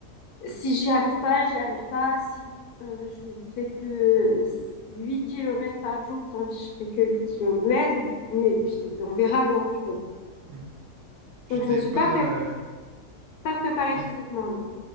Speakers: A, on the left; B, on the right.
A: Si j'y arrive pas, j'y arrive pas. Si euh, je me fais que 8 kilomètres par jour, tant pis, je ferai que 8 kilomètres. Mais puis, on verra bien, tu vois.
B: mm, mm. Tu
A: Donc, je
B: t'es
A: me suis
B: pas,
A: pas, pré-
B: euh,
A: pas préparée
B: tu t'es
A: physiquement, non.